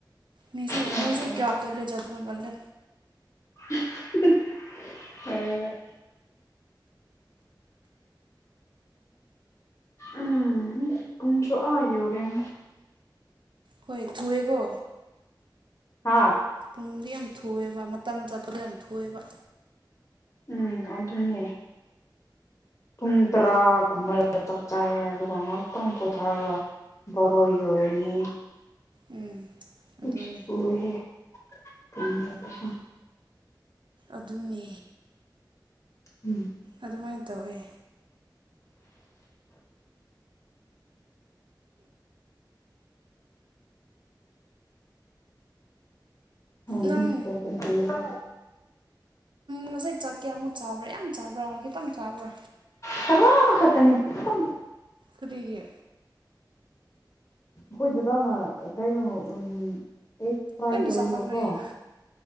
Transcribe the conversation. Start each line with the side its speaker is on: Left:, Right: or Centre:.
Right: ꯃꯤꯁꯨ
Left: ꯍꯣꯏ
Right: ꯃꯣꯏꯁꯨ ꯀꯌꯥ ꯇꯣꯜꯂꯦꯠ ꯆꯠꯄ ꯃꯜꯂꯦ
Left: ꯍꯣꯢ ꯍꯣꯢ ꯎꯝ ꯄꯩꯡꯁꯨ ꯌꯧꯔꯦꯝ
Right: ꯍꯣꯏ ꯊꯨꯋꯦꯀꯣ
Left: ꯍꯥꯥ
Right: ꯄꯨꯡꯗꯤ ꯌꯥꯝ ꯊꯨꯑꯦꯕ ꯃꯇꯝ ꯆꯠꯄꯗꯣ ꯌꯥꯝ ꯊꯨꯑꯦꯕ
Left: ꯎꯝ ꯑꯗꯨꯅꯦ ꯄꯨꯡ ꯇ꯭ꯔꯥꯒꯨꯝꯕꯗ ꯆꯥꯛ ꯆꯥꯏꯌꯦ ꯑꯗꯨꯒ ꯉꯥꯛꯇꯪ ꯄꯣꯊꯔꯒ ꯕꯔꯣ ꯌꯧꯔꯅꯤ
Right: ꯎꯝ
Left: <unintelligible>
Right: ꯑꯗꯨꯅꯦ ꯑꯗꯨꯅꯦ
Left: ꯎꯝ
Right: ꯑꯗꯨꯃꯥꯏꯅ ꯇꯧꯋꯦ
Left: <unintelligible>
Right: ꯅꯪ ꯉꯁꯥꯢ ꯆꯥꯛ ꯀꯌꯥꯃꯨꯛ ꯆꯕ꯭ꯔꯥ ꯌꯥꯝ ꯆꯥꯕ꯭ꯔꯥ ꯈꯤꯇꯪ ꯆꯥꯕ꯭ꯔꯥ
Left: ꯈꯔ ꯈꯇꯅꯦ ꯈꯤꯇꯪ
Right: ꯀꯔꯤꯒꯤ
Left: ꯑꯩꯈꯣꯏ ꯗꯗꯥꯅ ꯀꯩꯅꯣ ꯎꯝ ꯑ ꯐ꯭ꯔꯥꯏ
Right: ꯂꯣꯏꯅ
Left: ꯇꯧꯋꯦꯕꯀꯣ
Right: ꯆꯥꯊꯣꯛꯈ꯭ꯔꯦ ꯑꯩ